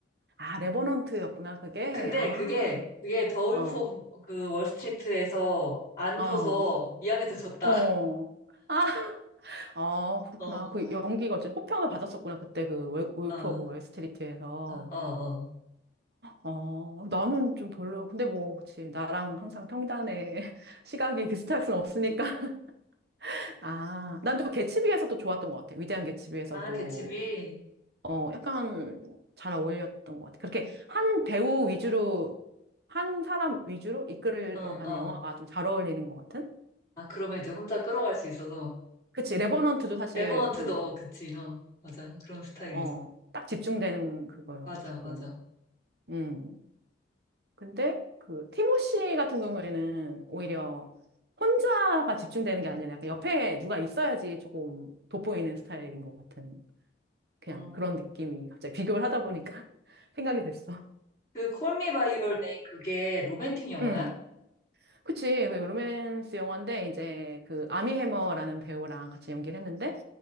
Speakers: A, on the right; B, on the left.
A: 아, 레버넌트였구나, 그게.
B: 근데
A: 아,
B: 그게, 그게 더울프
A: 어,
B: 그 월스트리트에서 안
A: 어,
B: 줘서 미안해서 줬다.
A: 어.
B: <laughs>
A: 아, 아, 그렇구나.
B: 어, 어,
A: 그 연기가 어째 호평을 받았었구나, 그때 그 월- 울프
B: 아,
A: 오브 월스트리트에서.
B: 어, 어.
A: 어, 나는 좀 별로. 근데 뭐, 그치. 나랑 항상 평단의 <laughs> 시각이 비슷할 순 없으니까. <laughs> 아, 난 또 개츠비에서 또 좋았던 것 같아. 위대한 개츠비에서도,
B: 아, 개츠비?
A: 어, 약간 잘 어울렸던 것 같아. 그렇게 한 배우 위주로, 한 사람 위주로 이끌어가는
B: 어, 어.
A: 영화가 좀 잘 어울리는 것 같은?
B: 아, 그러면 이제 혼자 끌어갈 수 있어서.
A: 그치. 레버넌트도 사실
B: 레버넌트도,
A: 그,
B: 그치, 어. 맞아. 그런 스타일이지.
A: 어, 딱 집중되는 그거여가지고.
B: 맞아, 맞아.
A: 음. 근데 그 티모시 같은 경우에는 오히려 혼자가 집중되는 게 아니라 약간 옆에 누가 있어야지 조금 돋보이는 스타일인 것 같은 그냥
B: 어.
A: 그런 느낌이 갑자기 비교를 하다 보니까 <laughs> 생각이 됐어.
B: 그, 콜미 바이 유얼 네임, 그게 로맨틱 영화야?
A: 응. 그치. 그 로맨스 영화인데, 이제 그 아미 해머라는 배우랑 같이 연기를 했는데,